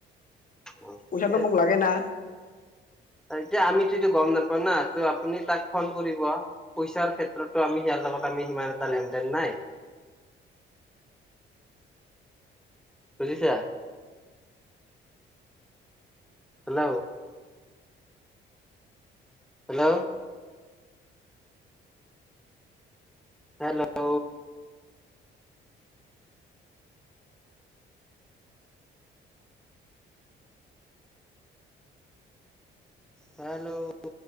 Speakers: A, in the centre; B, on the left.
A: অ ঠিকেই
B: পইচাটো
A: আছে
B: মোক লাগে না
A: এতিয়া আমি টোত গম নাপ ওনা' আপুনি তাক ফোন কৰিব পইচাৰ ক্ষেত্ৰো আমি ইয়াৰ লগত আমি সিমান এটা লেন দেন নাই। <inaudible> বুজিছা। হেল্ল'। Hello hello hello